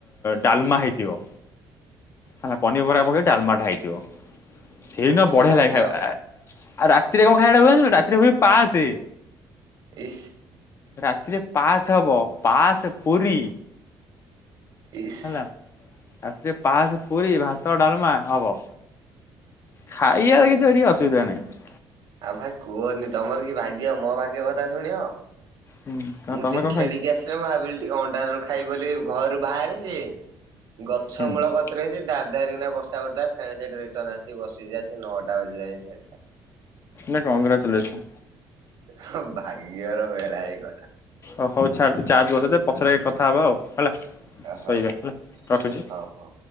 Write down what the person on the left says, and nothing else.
ଡାଲମା ହେଇଥିବ। ହେ ପନିରପରିବା ପକେଇ ଡାଲମାଟା ହେଇଥିବ ସେଇଦିନ
ବଢିଆ
ଲାଗେ ଖାଇ ଆଉ ରାତିରେ କଣ ଖାଇବାଟା ହୁଏନି ରାତିରେ ହୁଏ ପାସ
ରାତିରେ ପାସ୍ ହବ ପାସ୍ ପୁରୀ।
ହେଲା ରାତିରେ ପାସ ପୁରୀ ଭାତ ଡାଲମା ହବ। ଖାଇବାର
କିଛି ଏଠିକ ଅସୁବିଧା ନାହିଁ।
ହୁଁ
ତମେ
କଣ
ଖାଇଛ?
ହୁଁ
ନଁ କଂଗ୍ରାଚୁଲେସନ୍।
ଓ ହଉ ଛାଡଛ ଚାର୍ଜ ବ ଦେ ପଛରେ କଥା ହବା ଆଉ ହେଲା ଶୋଇବା
ହେଲା ରଖୁଛି।